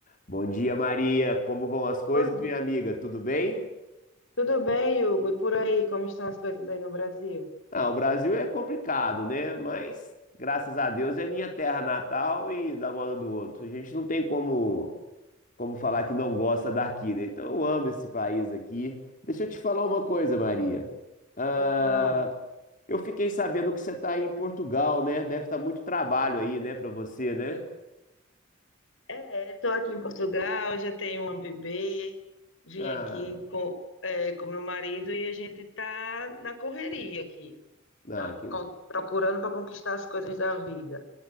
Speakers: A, on the left (about 40°); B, on the left (about 70°).
A: Bom dia, Maria. Como vão as coisas,
B: Bom
A: minha
B: di-
A: amiga? Tudo bem?
B: Tudo bem, Hugo? E por aí, como estão as coisas aí no Brasil?
A: Ah, o Brasil é complicado, né? Mas graças a Deus é minha terra natal e da moda do outro. A gente não tem como como falar que não gosta daqui, né? Então eu amo esse país aqui. Deixa eu te falar uma coisa, Maria. Ah,
B: Pode falar.
A: eu fiquei sabendo que você está aí em Portugal, né? Deve estar muito trabalho aí, né, para você, né?
B: É, estou aqui em Portugal, já tenho uma bebê, vim
A: Ah,
B: aqui com, é, com meu marido e a gente está na correria aqui,
A: ah,
B: a-
A: que...
B: co- procurando para conquistar as coisas da vida.